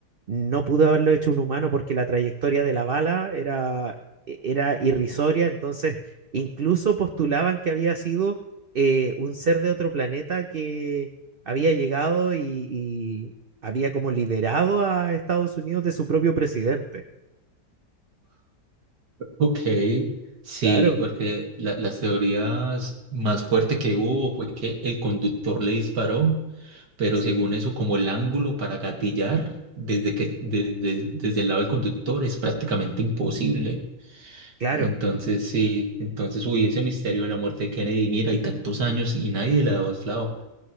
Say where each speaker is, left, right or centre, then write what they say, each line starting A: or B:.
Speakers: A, on the right; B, on the right.
A: no pudo haberlo hecho un humano porque la trayectoria de la bala era, e, era irrisoria, entonces incluso postulaban que había sido eh, un ser de otro planeta que había llegado y, y había como liberado a Estados Unidos de su propio presidente.
B: Ok, sí,
A: Claro,
B: porque la- las teorías más fuerte que hubo fue que el conductor le disparó, pero
A: sí,
B: según eso, como el ángulo para gatillar desde que de- de- desde el lado del conductor es prácticamente imposible.
A: claro.
B: Entonces, sí, entonces, uy, ese misterio de la muerte de Kennedy, mira, hay tantos años y nadie le ha dado lado.